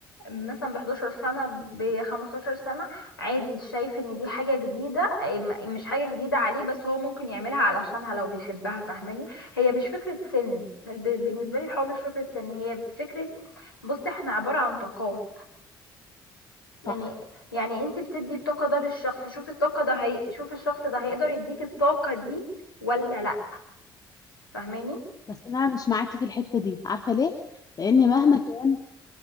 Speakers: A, on the left; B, on the left.
A: مثلا ب 11 سنة ب 15 سنة عادي شايف ان دي حاجة جديدة إيه، م- مش حاجة جديدة عليه بس هو ممكن يعملها علشانها لو بيحبها فاهماني هي مش فكرة سن الب- بالنسبة لي الحوار مش فكرة سن هي فكرة بص احنا عبارة عن طاقات
B: صح
A: يعني يعني انت بتدي الطاقة ده للشخص شوف الطاقة ده هي... شوف الشخص ده هيقدر يديك الطاقة دي ولا لا فاهماني
B: بس انا مش معاكي في الحته دي عارفه ليه لان مهما كان